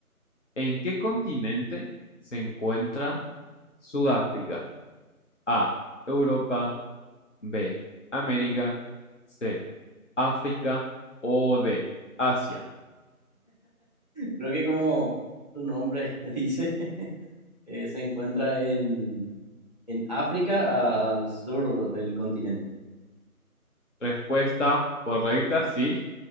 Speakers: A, on the left; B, on the left.
A: ¿En qué continente se encuentra Sudáfrica? A, Europa, B, América, C, África o D, Asia.
B: Creo que como su nombre <laughs> dice, eh, se encuentra en, en África al sur del continente.
A: Respuesta correcta, <laughs> sí,